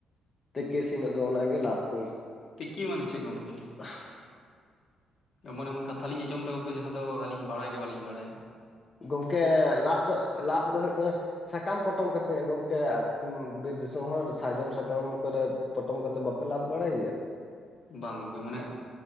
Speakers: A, on the left; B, on the left.
A: ᱛᱮᱠᱮ ᱤᱥᱤᱱᱟᱜ ᱫᱚ ᱚᱱᱟᱜᱮ ᱞᱟᱫᱽ ᱜᱚᱢᱠᱮ,
B: ᱛᱤᱠᱤ ᱢᱟᱱᱮ ᱪᱮᱫ ᱜᱚᱢᱠᱮ?
A: <unintelligible>
B: ᱮᱢᱚᱱ ᱮᱢᱚᱱ ᱠᱟᱛᱷᱟᱞᱤᱧ ᱟᱸᱡᱚᱢᱮᱫᱟ ᱜᱚᱢᱠᱮ ᱡᱟᱦᱟᱸ ᱫᱚ ᱟᱹᱞᱤᱧ ᱵᱟᱲᱟᱭ ᱜᱮ ᱵᱟᱹᱞᱤᱧ ᱵᱟᱲᱟᱭᱟ᱾
A: ᱜᱚᱢᱠᱮ ᱞᱟᱫᱽ ᱫᱚ ᱞᱟᱫᱽ ᱫᱚ ᱦᱩᱭᱩᱜ ᱠᱟᱱᱟ ᱥᱟᱠᱟᱢ ᱯᱚᱴᱚᱢ ᱠᱟᱛᱮᱜ ᱜᱚᱝᱠᱮ ᱵᱤᱨ ᱫᱤᱥᱚᱢ ᱦᱚᱲ ᱥᱟᱨᱡᱚᱢ ᱥᱟᱠᱟᱢ ᱠᱚᱨᱮ ᱯᱚᱴᱚᱢ ᱠᱟᱛᱮᱫ ᱵᱟᱯᱮ ᱞᱟᱫᱽ ᱵᱟᱲᱟᱭᱜᱮᱭᱟ?
B: ᱵᱟᱝ ᱜᱚᱢᱠᱮ ᱢᱟᱱᱮ